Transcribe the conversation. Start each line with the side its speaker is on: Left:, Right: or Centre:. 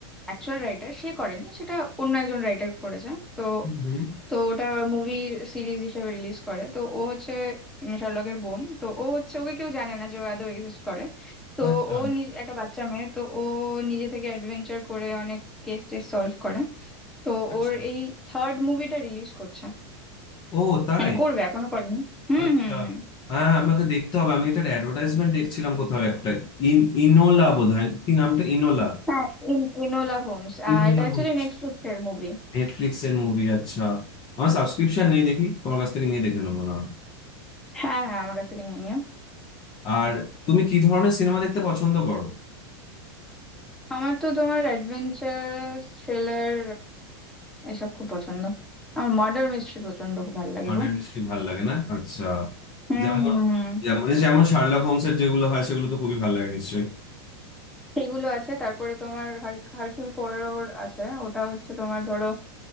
Centre: অ্যাকচুয়াল রাইটার সে করেনি সেটা অন্য একজন রাইটার করেছে তো
Left: হুম, হুম।
Centre: তো ওটা মুভি সিরিজ হিসেবে রিলিজ করে তো ও হচ্ছে উম শার্লকের বোন তো ও হচ্ছে ওকে কেউ জানে না যে ও আদৌ এক্সিস্ট করে তো
Left: আচ্ছা
Centre: ও নিজ একটা বাচ্চা মেয়ে তো ও নিজে থেকে অ্যাডভেঞ্চার করে অনেক কেস টেস সলভ করে তো
Left: আচ্ছা
Centre: ওর এই থার্ড মুভিটা রিলিজ করছে
Left: ও তাই
Centre: মানে করবে এখনো করেনি হুম
Left: আচ্ছা
Centre: হুম হুম
Left: হ্যাঁ আমাকে দেখতে হবে আমি এটার অ্যাডভার্টাইজমেন্ট দেখছিলাম কোথাও একটা ইন ইনোলা বোধহয় কি নামটা ইনোলা
Centre: হ্যাঁ ইন ইনোলা হোমস
Left: ইনোলা
Centre: আহ, এটা অ্যাকচুয়ালি
Left: হোমস
Centre: নেটফ্লিক্স এর মুভি
Left: নেটফ্লিক্স এর মুভি আচ্ছা আমার সাবস্ক্রিপশন নেই দেখি তোমার কাছ থেকে নিয়ে দেখে নেবো না
Centre: হ্যাঁ হ্যাঁ আমার কাছ থেকে নিয়ে নিও
Left: আর তুমি কি ধরনের সিনেমা দেখতে পছন্দ করো
Centre: আমার তো তোমার অ্যাডভেঞ্চার থ্রিলার এসব খুব পছন্দ আমার মার্ডার মিস্ট্রি প্রচন্ড ভালো লাগে
Left: মার্ডার
Centre: গো
Left: মিস্ট্রি ভালো লাগে না আচ্ছা
Centre: হুম
Left: যেমন
Centre: হুম হুম।
Left: যেমন যেমন শার্লক হোমসের যেগুলো হয় সেগুলো তো খুবই ভালো লাগে নিশ্চয়ই
Centre: সেগুলো আছে তারপরে তোমার হার- হারকিউল পোয়ারোর আছে ওটা হচ্ছে তোমার ধরো